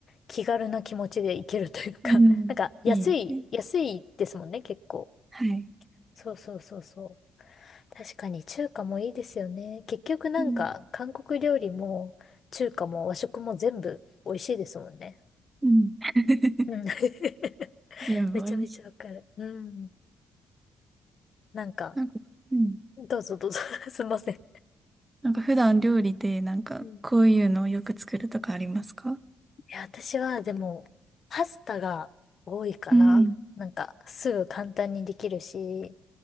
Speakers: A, on the left; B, on the right.
A: 気軽な気持ちで行けるというか
B: うん。
A: <laughs> なんか安い、
B: いいですね。
A: 安いですもんね、結構。
B: はい。
A: そうそうそうそう。確かに中華もいいですよね。結局なんか韓国料理も中華も和食も全部美味しいですもんね。
B: うん。うん。<laughs>
A: うん。<laughs>
B: 全部美味しい。
A: めちゃめちゃわかる。うん。なんか、
B: なんか、うん。
A: どうぞどうぞ <laughs> すいません。
B: なんか普段料理でなんかこういうのをよく作るとかありますかう
A: うん。いや、私はでも、パスタが多いかな。
B: ん。
A: なんか、すぐ簡単にできるし、